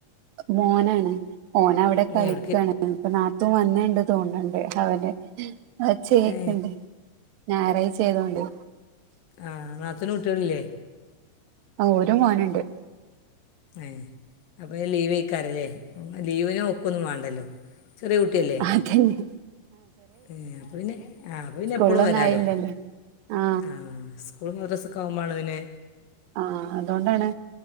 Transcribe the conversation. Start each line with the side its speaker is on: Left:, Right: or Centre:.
Right: മോനാണ് മോനവിടെ
Left: ഏ
Right: കളിക്കണ്
Left: എവിടേക്ക്
Right: ഇപ്പ നാത്തു വന്നീണ്ട് തോന്ന്ണ്ട് അവനെ അച്ചേക്ണ്ട്
Left: ഏ
Right: ഞായറായ്ചയതോണ്ടെ
Left: ആഹ് നാത്തുന് കുട്ടികളില്ലേ
Right: ആഹ് ഒരു മോനുണ്ട്
Left: ഏ അപ്പം ഞ ലീവ് കഴക്കാറല്ലേ ലീവിന് ബുക്ക് ക്കൊന്നും വേണ്ടല്ലോ ചെറിയ കുട്ടിയല്ലേ
Right: അതെന്ന
Left: ഏ അപ്പൊ പിന്നെ ആ അപ്പ പിന്നെ
Right: സ്കൂളിലൊന്നും
Left: എപ്പഴും വരാലോ
Right: ആയില്ലല്ലോ ആ
Left: ആഹ് കൂടുത ഡസ്സക്കൊവുമ്പനോ വരണേ
Right: ആഹ് അതൊണ്ടാണ്